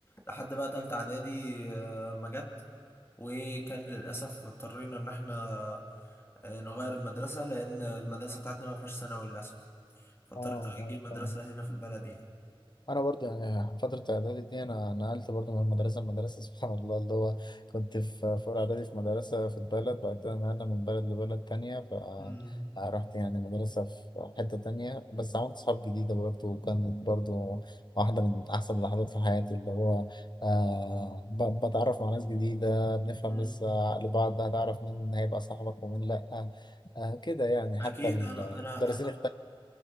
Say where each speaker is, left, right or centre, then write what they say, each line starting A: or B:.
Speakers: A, on the left; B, on the left.
A: لحد بقى تالتة اعدادي آه، ما جت وكان للأسف اضطرينا إن إحنا آه، نغير المدرسة لأن المدرسة بتاعتنا ما فيهاش ثانوي للأسف فاضطريت
B: اه
A: أجي مدرسة
B: اه
A: هنا في البلد يعني
B: انا برضو يعني فتره اعدادي دي انا نقلت برضو من مدرسه لمدرسه سبحان الله اللي هو كنت في في اولى اعدادي في مدرسه في البلد بعد كده نقلنا من بلد لبلد تانية
A: امم
B: فرحت يعني مدرسه في حته تانية بس عملت صحاب جديده برضو وكانت برضو واحده من احسن اللحظات في حياتي اللي هو آه ب- بتعرف مع ناس جديده بنفهم
A: امم
B: لسه عقل بعض هتعرف مين هيبقى صاحبك ومين لا آه كده يعني
A: اكيد
B: حتى المدرسين
A: انا انا انا
B: اختلفوا